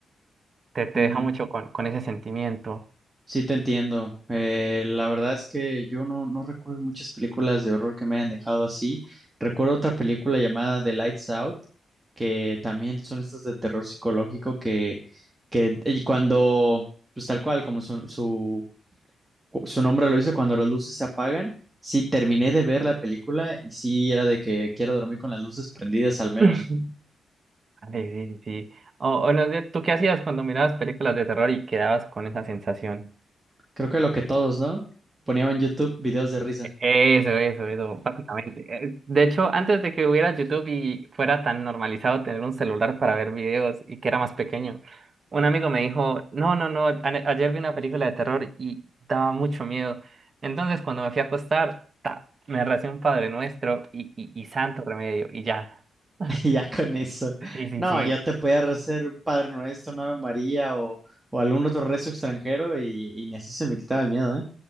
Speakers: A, on the right; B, on the right.
A: te, te
B: Mm,
A: deja mucho con, con ese sentimiento.
B: sí, te entiendo. Eh, la verdad es que yo no, no recuerdo muchas películas de horror que me hayan dejado así. Recuerdo otra película llamada The Lights Out, que también son estas de terror psicológico que, que y cuando, pues tal cual, como su, su, su nombre lo dice, cuando las luces se apagan, sí terminé de ver la película y sí era de que quiero dormir con las luces prendidas al menos.
A: <laughs> Sí, sí, sí. sí. O, o no sé, ¿tú qué hacías cuando mirabas películas de terror y quedabas con esa sensación?
B: Creo que lo que todos, ¿no? Ponían en YouTube videos de risa.
A: E, Eso, eso, eso, básicamente. Eh, De hecho, antes de que hubiera YouTube y fuera tan normalizado tener un celular para ver videos y que era más pequeño, un amigo me dijo, no, no, no, a- ayer vi una película de terror y daba mucho miedo. Entonces, cuando me fui a acostar, ta, me recé un Padre Nuestro y, y, y Santo Remedio y ya. <laughs>
B: <laughs> Y ya con eso.
A: Sí, sí,
B: No,
A: sí.
B: ya te podía hacer un Padre Nuestro, una Ave María o, o algún otro rezo extranjero y, y ni así se me quitaba el miedo, ¿eh?